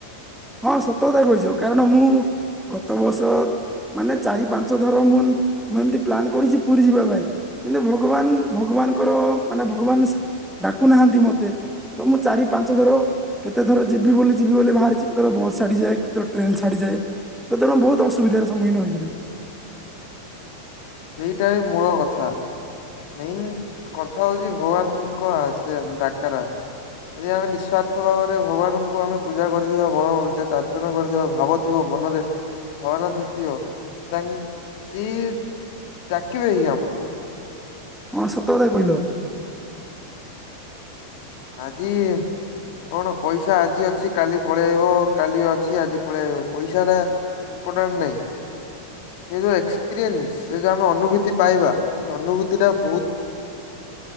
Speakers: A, in the centre; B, on the left (about 50°).
A: ହଁ ସତକଥା କହିଚ କାରଣ ମୁଁ ଗତ ବର୍ଷ ମାନେ ଚାରି ପାଞ୍ଚ ଥର ମୁଁ ମୁଁ ଏମିତି ପ୍ଲାନ୍ କରିଚି ପୁରୀ ଯିବା ପାଇଁ। କିନ୍ତୁ ଭଗବାନ ଭଗବାନଙ୍କର ମାନେ ଭଗବାନ ଡାକୁନାହାନ୍ତି ମତେ। ତ ମୁଁ ଚାରି ପାଞ୍ଚ ଥର କେତେ ଥର ଯିବି ବୋଲି ଯିବି ବୋଲି ବାହାରିଚି। କେତବେଳେ ବସ୍ ଛାଡିଯାଏ। କେତବେଳେ ଟ୍ରେନ ଛାଡିଯାଏ। ତେଣୁ ବହୁ ଅସୁବିଧାର ସମ୍ମୁଖୀନ ହୋଇଥିବି।
B: ସେଇଟା ହି ମୂଳ କଥା। ମେନ କଥା ହଉଚି ଭଗବାନଙ୍କ ଆସେ ଡାକେରା। ଯଦି ଆମେ ନିଃସ୍ଵାର୍ଥ ଭାବରେ ଭଗବାନଙ୍କୁ ଆମେ ପୂଜା କରିଥିବା <unintelligible> କରିଥିବା ଭାବଥିବ। ମନରେ ଭଗବାନ ଦିଅ ତ ତାଙ୍କ ସିଏ ଡାକିବେ ହି ଆମକୁ।
A: ହଁ ସତ କଥା କହିଲ।
B: ଆଜି କଣ ପଇସା ଆଜି ଅଛି କାଲି ପଳେଇବ କାଲି ଅଛି ଆଜି ପଳେଇ ଆଇବ ପଇସା ଟା ଇମ୍ପୋଟାଣ୍ଟ ନାଇଁ। ସେ ଯୋଉ ଏକ୍ସପିରିଏନ୍ସ ସେ ଯଉ ଆମେ ଅନୁଭୂତି ପାଇବା ସେ ଅନୁଭୂତି ଟା ବହୁତ